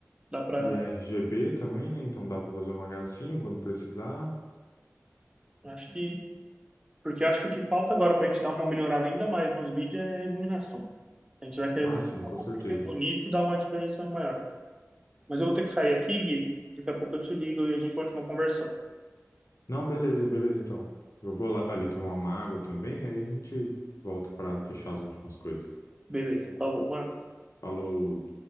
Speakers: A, on the right; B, on the left.
A: dá para,
B: E é RGB também, né? Então dá pra fazer uma gracinha quando precisar.
A: acho que, porque acho que o que falta agora para a gente dar uma melhorada ainda mais nos vídeos é a iluminação. A gente vai querer
B: Ah,
A: um
B: sim,
A: pouco
B: com certeza.
A: mais bonito, dá uma diferença maior. Mas eu vou ter que sair aqui, Gui. Daqui a pouco eu te ligo e a gente continua conversando.
B: Não, beleza, beleza, então. Eu vou lá- ali tomar uma água também, aí a gente volta para fechar as últimas coisas.
A: Beleza, falou, mano.
B: Falou.